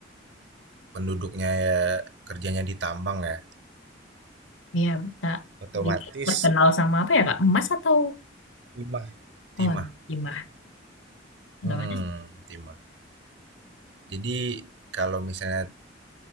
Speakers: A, on the right; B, on the left.
A: penduduknya ya kerjanya di tambang ya
B: Iya, Kak.
A: otomatis
B: Gitu terkenal sama apa ya, Kak? Emas atau
A: 5 timah
B: oh, gimana? Atau
A: Mm-mm,
B: mana sih?
A: timah jadi kalau misalnya